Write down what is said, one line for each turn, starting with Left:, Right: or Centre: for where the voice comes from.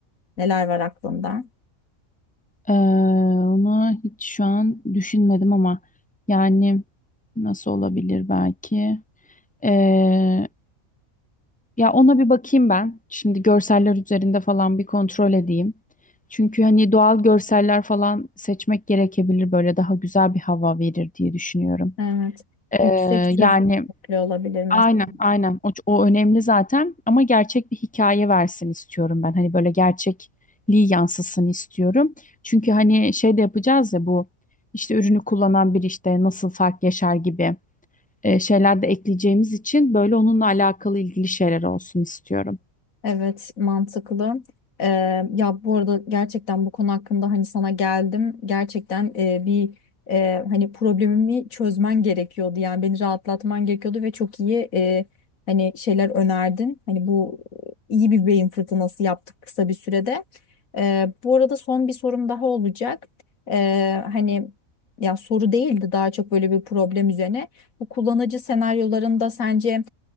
Left: Neler var aklında?
Centre: Eee onu hiç şu an düşünmedim ama yani nasıl olabilir belki? Eee, Ya ona bir bakayım ben. Şimdi görseller üzerinde falan bir kontrol edeyim. Çünkü hani doğal görseller falan seçmek gerekebilir böyle daha güzel bir hava verir diye düşünüyorum.
Left: Evet.
Centre: Ee,
Left: Yüksek çözünürlüklü
Centre: yani
Left: olabilir mesela.
Centre: aynen aynen o, o önemli zaten ama gerçek bir hikaye versin istiyorum ben. Hani böyle gerçekliği yansısın istiyorum. Çünkü hani şey de yapacağız ya bu işte ürünü kullanan bir işte nasıl fark yaşar gibi e, şeyler de ekleyeceğimiz için böyle onunla alakalı ilgili şeyler olsun istiyorum.
Left: Evet, mantıklı. Ee, ya bu arada gerçekten bu konu hakkında hani sana geldim. Gerçekten e, bir e, hani problemimi çözmen gerekiyordu. Yani beni rahatlatman gerekiyordu ve çok iyi e, hani şeyler önerdin. Hani bu iyi bir beyin fırtınası yaptık kısa bir sürede. Ee, bu arada son bir sorum daha olacak. Ee, hani ya soru değildi daha çok böyle bir problem üzerine. Bu kullanıcı senaryolarında sence